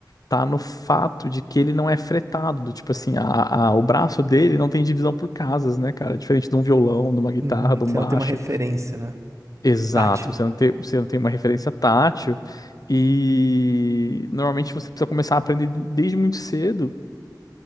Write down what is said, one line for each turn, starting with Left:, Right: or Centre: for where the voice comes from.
Left: tá no fato de que ele não é fretado, do tipo assim, a, a- o braço dele não tem divisão por casas, né, cara? Diferente de um violão, de uma guitarra,
Right: Uhum,
Left: de
Right: você
Left: um baixo.
Right: não tem uma referência, né?
Left: Exato,
Right: Tátil.
Left: você não tem, você não tem uma referência tátil e normalmente você precisa começar a aprender desde muito cedo.